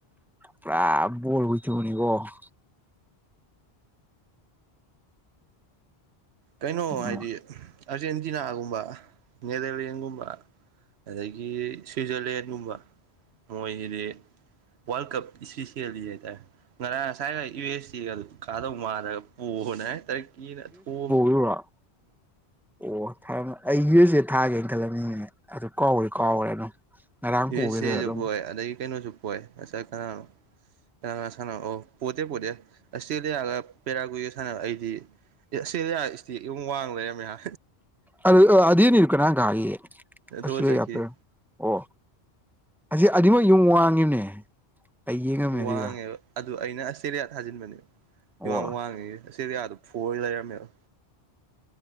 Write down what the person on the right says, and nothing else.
ꯀꯩꯅꯣ
ꯍꯥꯏꯗꯤ ꯑꯔꯖꯦꯟꯇꯤꯅꯥꯒꯨꯝꯕ ꯅꯦꯗꯔꯂꯦꯟꯒꯨꯝꯕ ꯑꯗꯒꯤ ꯁ꯭ꯋꯤꯖꯔꯂꯦꯟꯒꯨꯝꯕ ꯃꯣꯏꯁꯤꯗꯤ ꯋꯥꯔꯜ ꯀꯞ ꯏꯁꯂꯤꯄꯤꯁꯌꯂꯤ ꯍꯥꯏ ꯇꯥꯏ ꯉꯔꯥꯡ ꯉꯁꯥꯏꯒ ꯌꯨ ꯑꯦꯁ ꯑꯦꯒ ꯑꯗꯨ ꯀꯥꯗꯧ ꯃꯥꯜꯂꯒ ꯄꯣꯕꯅꯤ ꯍꯥꯏ ꯇꯔꯛꯀꯤꯅ ꯊꯣꯑꯝ
ꯌꯨꯑꯦꯆ‌ꯑꯦꯁꯨ
ꯄꯣꯏ ꯑꯗꯒꯤ ꯀꯩꯅꯣꯁꯨ ꯄꯣꯏ ꯉꯁꯥꯏ ꯀꯅꯥꯅꯣ ꯀꯅꯥ ꯀꯅꯥꯒ ꯁꯥꯟꯅ ꯑꯣ ꯄꯣꯠꯇꯦ ꯄꯣꯠꯇꯦ ꯑꯁꯇ꯭ꯔꯦꯂꯤꯌꯥꯒ ꯄꯦꯔꯥꯒꯏ ꯁꯥꯟꯅ ꯑꯩꯗꯤ ꯑꯦ ꯑꯁꯇ꯭ꯔꯂꯤꯌꯥ ꯏꯁꯇꯦꯛ ꯌꯨꯡ ꯋꯥꯡ ꯂꯩꯔꯝꯃꯦꯍ
ꯗ꯭ꯔꯣ
ꯆꯠꯈꯤ
ꯋꯥꯡꯉꯦꯕ
ꯑꯗꯨ ꯑꯩꯅ ꯑꯁꯇ꯭ꯔꯦꯂꯤꯌꯥ ꯊꯥꯖꯤꯟꯕꯅꯦ
ꯌꯨꯡ ꯌꯥꯝ ꯋꯥꯡꯉꯒꯤ ꯑꯁꯇꯦꯔꯤꯂꯤꯌꯥꯗꯨ ꯐ‌ꯣꯔ ꯂꯩꯔꯝꯃꯦꯕ